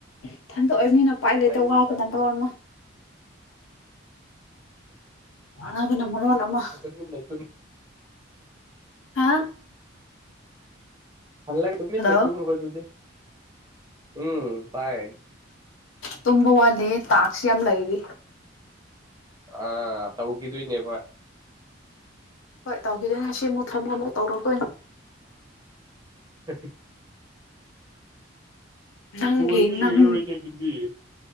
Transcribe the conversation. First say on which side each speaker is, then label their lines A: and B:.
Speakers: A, on the left; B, on the right.
A: ꯏꯊꯟꯗ ꯑꯣꯏꯕꯅꯤꯅ ꯄꯥꯏ ꯂꯩꯇꯦ
B: ꯍꯩꯕꯖꯥꯠꯅꯤ
A: ꯋꯥꯕꯅ ꯃꯔꯣꯝꯃ ꯋꯥꯕꯅ ꯃꯔꯣꯟ ꯑꯃ
B: <unintelligible>
A: ꯍꯥꯥ
B: ꯍꯜꯂ ꯇꯨꯃꯤꯟꯅ
A: ꯍꯜꯂꯣ
B: ꯇꯨꯝꯈ꯭ꯔꯣ ꯗꯨꯗꯤ ꯎꯝ ꯇꯥꯏ
A: ꯇꯨꯝꯕ ꯋꯥꯠꯂꯤ ꯇꯥꯛꯁ ꯌꯥꯝ ꯂꯩꯔꯤ
B: ꯑ ꯇꯧꯈꯤꯗꯣꯏꯅꯦ ꯍꯣꯏ
A: ꯍꯣꯏ ꯇꯧꯈꯤꯗꯣꯏꯅꯦ ꯁꯤ ꯑꯃꯨꯛ ꯊꯝꯃꯒ ꯑꯃꯨꯛ ꯇꯧꯔꯛꯇꯣꯏꯅꯤ
B: <unintelligible>
A: ꯅꯪꯒꯤ
B: ꯕꯣꯜꯗꯤ ꯌꯦꯡꯉꯔꯣꯏꯅꯦ
A: ꯅꯪ
B: ꯑꯗꯨꯗꯤ